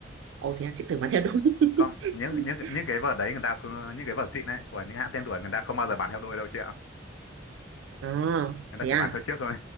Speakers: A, on the right (about 80°); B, on the left (about 85°).
A: ồ thế à, chị tưởng bán theo đôi
B: không những
A: <laughs>
B: những những cái vở đấy người ta không những cái vở xịn đấy của những hãng tên tuổi người ta không bao giờ bán theo đôi đâu chị ạ
A: à
B: người
A: thế
B: ta chỉ
A: à
B: bán theo chiếc thôi